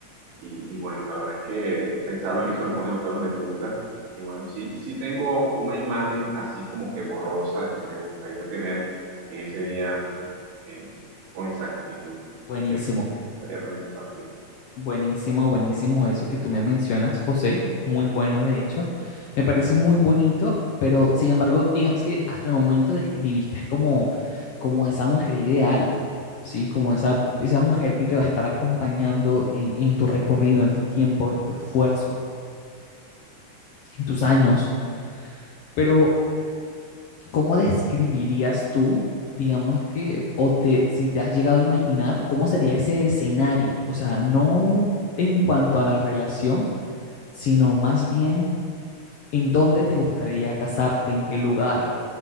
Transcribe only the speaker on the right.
y, y bueno, la verdad es que pensarlo en eso me pone los pelos de punta. Y bueno, sí, sí tengo una imagen así como que borrosa de lo que me gustaría tener en ese día eh, en- con exactitud.
Así que pues me gustaría también compartirlo.